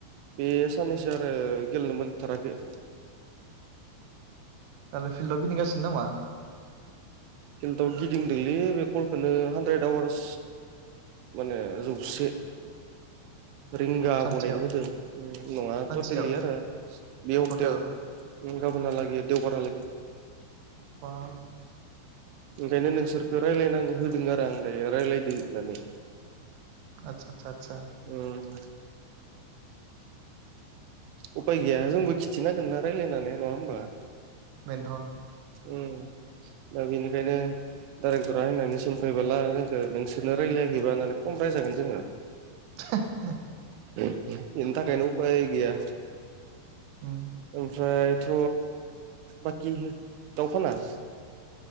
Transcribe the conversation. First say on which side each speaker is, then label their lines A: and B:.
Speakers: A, on the right; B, on the right.
A: बे साननैसो आरो गेलेनो मोनथाराखै।
B: दालाय फिल्डआव गिंदिंगासिनो नामा।
A: गिलथआव गिदिंदोंलै बे गलखौनो हानद्रेद आवार्स माने जौसे रिंगा
B: सानसेयाव
A: बनायनो होदों नङा
B: सानसेयाव
A: टटेलि आरो बे हप्तायाव
B: टटेल
A: ओ गाबोनहा लागै देवबारहालागै
B: बा
A: ओंखायनो नोंसोरखो रायलायना होदों आरो आं दायो रायज्लायदो होननानै।
B: आतसा आसा आसा।
A: ओम। उफाय गैया जोंबो खिथिनांगोन ना रायज्लायनानै नङा होनोमबा?
B: बेनथन
A: ओम दा बेनिखायनो डाइरेक्टरा होयनानै सोंफायबाला जोंखो नोंसोरनो रायज्लायाखैबा होननानै खमा रायलायगोन जोङो।
B: <inaudible>
A: बेनि थाखायनो गैया।
B: उम।
A: ओमफ्रायथ' बाखि दाउ फाना?